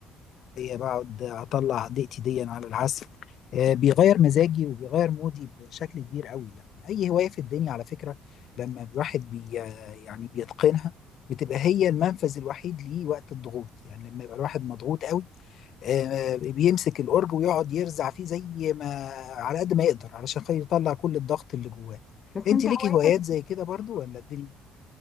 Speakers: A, on the left; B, on the left.
A: بقعد اطلع ضيقتي دي على العزف آه، بيغير مزاجي وبيغير مودي بشكل كبير قوي يعني اي هوايه في الدنيا على فكره لما الواحد بي آه، يعني بيتقنها بتبقى هي المنفذ الوحيد ليه وقت الضغوط يعني لما يبقى الواحد مضغوط قوي آه، بيمسك الأورج ويقعد يرزع فيه زي ما على قد ما يقدر علشان خاطر يطلع كل الضغط اللي جواه
B: بس
A: انت
B: انت
A: ليكي
B: هوايتك
A: هوايات زي كده برضو ولا الدنيا